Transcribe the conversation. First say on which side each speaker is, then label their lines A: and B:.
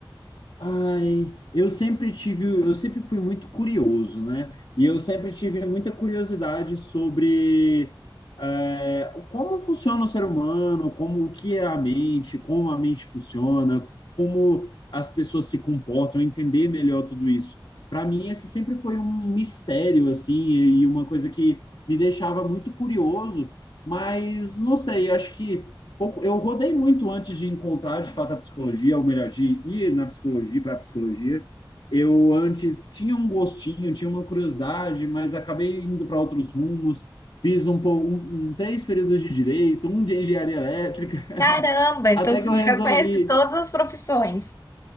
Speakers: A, on the left; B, on the left.
A: Ai, eu sempre tive, eu sempre fui muito curioso, né? E eu sempre tive muita curiosidade sobre é, como funciona o ser humano, como o que é a mente, como a mente funciona, como as pessoas se comportam, entender melhor tudo isso. Para mim, esse sempre foi um mistério, assim, e uma coisa que me deixava muito curioso, mas não sei, acho que pouco. Eu rodei muito antes de encontrar de fato a psicologia, ou melhor, de ir na psicologia para a psicologia. Eu antes tinha um gostinho, tinha uma curiosidade, mas acabei indo para outros rumos. Fiz um, pou- um, um três períodos de direito, um de engenharia elétrica, <laughs>
B: Caramba, então
A: até
B: você
A: que eu resolvi.
B: <laughs> já conhece todas as profissões.